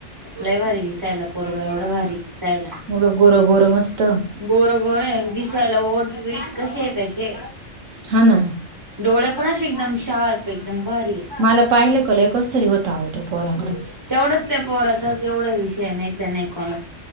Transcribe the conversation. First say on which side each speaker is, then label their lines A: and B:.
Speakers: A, on the right; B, on the right.
A: लय भारी दिसायला पोरगं एवढं भारी दिसायला
B: मुढं गोर गोर मस्त
A: गोर गोर आहे दिसायला ओठ बीठ कसे आहे त्याचे
B: हा ना
A: डोळे पण असे एकदम शार्प एकदम भारी आहे
B: मला पाहिलं कलंय कस तरी होत आहो त्या पोराकडं
A: ह तेवढाच त्या पोराचा एवढा विषय नाहीत नाही कोणा